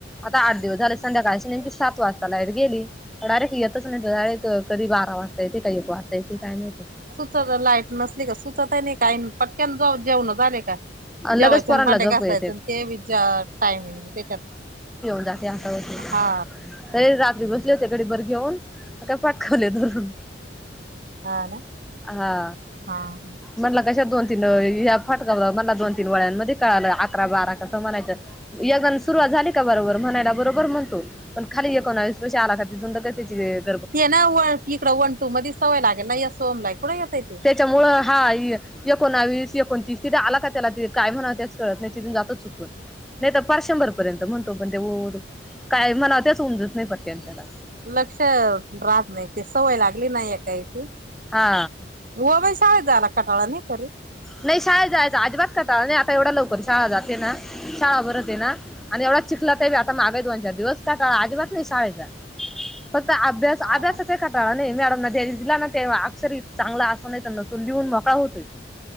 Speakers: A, in the centre; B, on the right.
A: आता आठ दिवस झाले संध्याकाळची नेमकी सात वाजता लाईट गेली डायरेक्ट येतच नाही डारेक्ट कधी बारा वाजता येते काही एक वाजता येते काय माहित
B: सुत लाईट नसली का सुचत नाही का पटक्यान जा जेवण झाले का
A: लगेच
B: जेवायचं
A: पोरांला
B: भांडे
A: झोप
B: घासायच
A: येते
B: ते विचार टाइमिंग त्याच्यात
A: जात आता होत.
B: हा
A: हे रात्री बसले होते घडीभर घेऊन मग काय पाटकावले धरून
B: हा ना
A: हा
B: हा हा
A: मला कशा दोन तीन याया फटकाव मला दोन तीन वळ्यांमध्ये कळालं अकरा-बारा कसं म्हणायचं यगन सुरुवात झाली का बरोबर म्हणायला बरोबर म्हणतो पण खाली एक कोणास आला त्या <unintelligible>
B: ते ना व इकड वन-टू मध्ये सवय लागेल ना या सोम लाय कुठे येतय ते.
A: त्याच्यामुळे हा. एकोणावी- एकोणतीस तिथे आला का त्याला ते काय म्हणा त्याच कळत नाही तिथून जातच चुकून. नाही तर पाारच शंभर पर्यंत म्हणतो पण ते काय म्हणा तेच उमजत नाही पडते त्याला.
B: लक्ष राहत नाही ते सवय लागली नाही एकाहीची.
A: हा.
B: रुवा बाई सााळ झाला कटाळा नाही कर.
A: नाही शाळेत जायच अजिबात कटला नाही आता एवढा लवकर शाळा जाते ना शाळा बरते आहे ना. आणि एवढा चिखला त बी आता माग बी दोनचार दिवस कटला आजिबात नाही शाळेचा फक्त आब अभ्यास
B: हा
A: अभ्यासाचा
B: ना
A: कट नाही मॅडम द्या दिला ना ते अक्षर चांगलं असं नाही त्यां न तून लिहून मोकळा होतोय